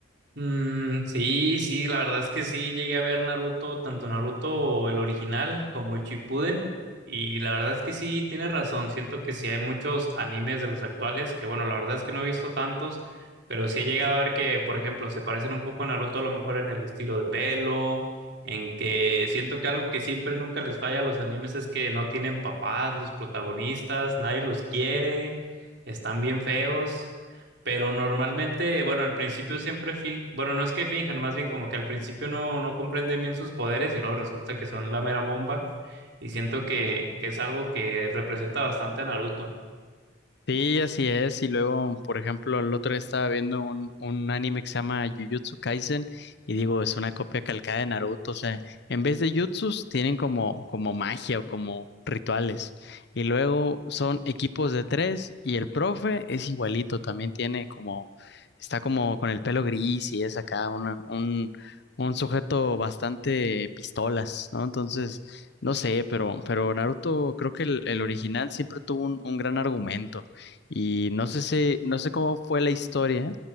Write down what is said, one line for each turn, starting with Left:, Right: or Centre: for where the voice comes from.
Right: Mm, sí, sí, la verdad es que sí llegué a ver Naruto, tanto Naruto el original como Shippuden, y la verdad es que sí tienes razón, siento que sí hay muchos animes de los actuales, que bueno, la verdad es que no he visto tantos, pero sí he llegado a ver que, por ejemplo, se parecen un poco a Naruto a lo mejor en el estilo de pelo, en que siento que algo que siempre nunca les falla a los animes es que no tienen papás, los protagonistas, nadie los quiere, están bien feos. Pero normalmente, bueno, al principio siempre fin, bueno, no es que finjan, más bien como que al principio no, no comprenden bien sus poderes y luego resulta que son la mera bomba. Y siento que, que es algo que representa bastante a Naruto.
Left: Sí, así es. Y luego, por ejemplo, el otro día estaba viendo un, un anime que se llama Jujutsu Kaisen y digo, es una copia calcada de Naruto. O sea, en vez de jutsus tienen como, como magia o como rituales. Y luego son equipos de tres y el profe es igualito. También tiene como, está como con el pelo gris y es acá una- un, un sujeto bastante pistolas, ¿no? Entonces, no sé, pero, pero Naruto, creo que el, el original siempre tuvo un un gran argumento. Y no sé si, no sé cómo fue la historia